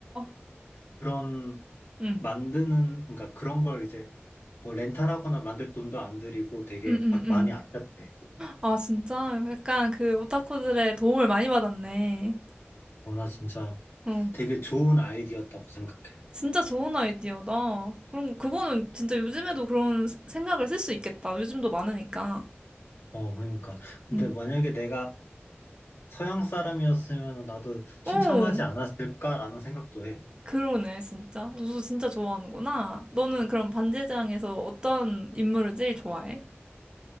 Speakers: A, on the right; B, on the left.
A: 응.
B: 그런
A: 음,
B: 만드는 그러니까 그런 걸 이제 뭐 렌탈하거나 만들 돈도 안 들이고 되게
A: 음,
B: 아-
A: 음.
B: 많이 아꼈대.
A: 아, 진짜? 약간 그 오타쿠들의 도움을 많이 받았네.
B: 어, 나 진짜
A: 어.
B: 되게 좋은 아이디어였다고 생각해.
A: 진짜 좋은 아이디어다. 그럼 그거는 진짜 요즘에도 그런 생각을 쓸 수 있겠다. 요즘도 많으니까.
B: 어, 그러니까. 근데
A: 응.
B: 만약에 내가 서양 사람이었으면 나도 신청하지
A: 어,
B: 않았을까라는 생각도 해.
A: 그러네, 진짜. 우수 진짜 좋아하는구나. 너는 그럼 반지장에서 어떤 인물을 제일 좋아해?